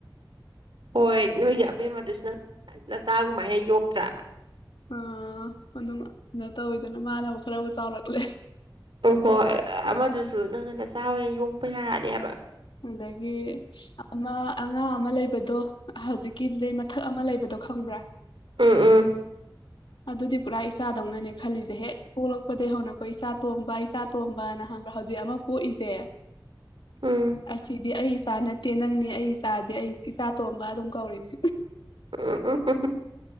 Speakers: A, on the right; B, on the left.
A: ꯍꯣꯏ ꯅꯣꯏꯒꯤ ꯑꯕꯦꯝ ꯑꯗꯨꯁꯨ ꯅꯪ ꯅꯆꯥꯒꯃꯥꯏꯅ ꯌꯣꯛꯇ꯭ꯔꯥ
B: ꯑ ꯑꯗꯨꯝ ꯑꯗꯨꯣ ꯇꯧꯋꯤꯗꯅ ꯃꯥꯅꯕꯕꯨ ꯈꯔꯕꯨ ꯆꯥꯎꯔꯛꯂꯦ
A: ꯑꯣ ꯍꯣꯏ ꯑꯃꯗꯨꯁꯨ ꯅꯪꯅ ꯅꯆꯥ ꯑꯣꯏꯅ ꯌꯣꯛꯄ ꯌꯥꯔꯅꯤ ꯍꯥꯏꯕ
B: ꯑꯗꯒꯤ ꯑꯃ ꯑꯉꯥꯡ ꯑꯃ ꯂꯩꯕꯗꯣ ꯍꯧꯖꯤꯛꯀꯤ ꯃꯊꯛ ꯑꯃ ꯂꯩꯕꯗꯣ ꯈꯪꯕ꯭ꯔꯥ
A: ꯎꯝ ꯎꯝ
B: ꯑꯗꯨꯗꯤ ꯄꯨꯔꯥ ꯏꯆꯥꯗꯧꯅꯅꯦ ꯈꯜꯂꯤꯁꯦ ꯍꯦꯛ ꯄꯣꯛꯂꯛꯄ ꯄꯣꯛꯄꯗꯒꯤꯩ ꯍꯧꯅꯀꯣ ꯏꯆꯥ ꯇꯣꯝꯕ ꯏꯆꯥ ꯇꯣꯝꯕꯅ ꯍꯕ꯭ꯔꯥ ꯍꯧꯖꯤꯛ ꯑꯃ ꯄꯣꯛꯏꯁꯦ
A: ꯎꯝ
B: ꯑꯁꯤꯗꯤ ꯑ ꯏꯆꯥ ꯅꯠꯇꯦ ꯅꯪꯅꯤ ꯑꯩ ꯏꯆꯥꯗꯤ ꯑꯩ ꯏꯆꯥ ꯇꯣꯟꯝꯕ ꯑꯗꯨꯝ ꯀꯧꯔꯤꯅꯦ
A: ꯑ ꯑ